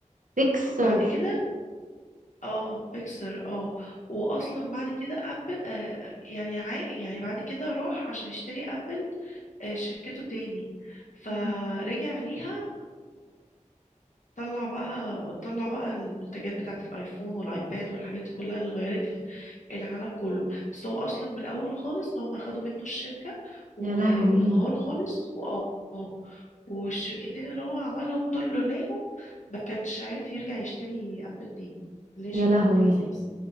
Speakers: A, on the right (about 80°); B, on the left (about 70°).
A: بيكسر
B: بعد كده اه بيكسر اه وأصلا بعد كده أبل آه يعني عا يعني بعد كده راح عشان يشتري أبل آه شركته تاني فرجع
A: مم.
B: ليها طلع بقى طلع بقى المنتجات بتاعة الايفون والايباد والحاجات دي كلها اللي غيرت ال- العالم كله بس هو اصلا من الاول خالص هم خدوا منه الشركة و-
A: يا لهوي
B: وانهار خالص وأ- والشركتين اللي هو عملهم دول لولاهم ما كانش عارف يرجع يشتري ابل تاني اللي هي
A: يا
B: شركته
A: لهوي
B: في الاساس